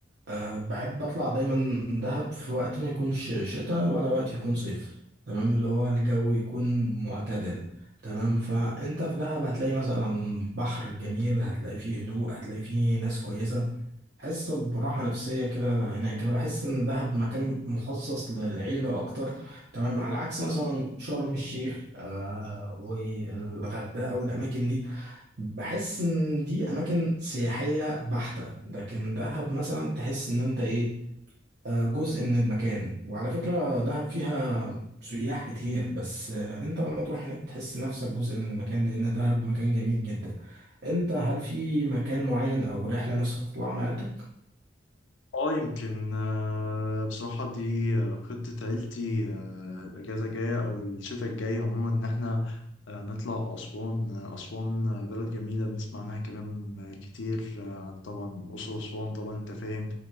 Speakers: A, on the right; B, on the left.
A: أه بحب اطلع دايما دهب في وقت ما يكونش شتاء ولا وقت يكون صيف تمام اللي هو الجو يكون معتدل تمام فانت في دهب هتلاقي مثلا بحر جميل هتلاقي فيه هدوء هتلاقي فيه ناس كويسه حس براحه نفسيه كده هناك انا بحس ان دهب مكان مخصص للعيله اكتر تمام على عكس مثلا شرم الشيخ آه والغردقه والاماكن دي بحس ان دي اماكن سياحيه بحته لكن دهب مثلا تحس ان انت ايه آه جزء من المكان وعلى فكره دهب فيها سياح كتير بس آه انت لما تروح هناك بتحس نفسك جزء من المكان لان دهب مكان جميل جدا انت هل في مكان معين او رحله نفسك تطلع مع عيلتك
B: اه يمكن آه، بصراحة دي آه، خطة عيلتي آه، الأجازة الجاية أو الشتاء الجاي عموما إن إحنا آه، نطلع أسوان آه، أسوان آه، بلد جميلة بنسمع عنها كلام آه، كتير آه، عن طبعا أسر أسوان طبعا أنت فاهم